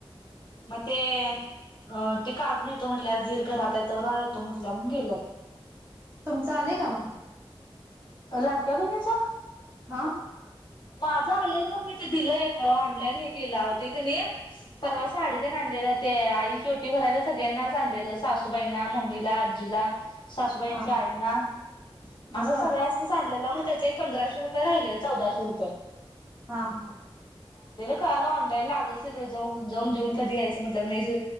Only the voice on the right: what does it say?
तुमचं आलेय का मग?
हां
हा हा
बर
हा हां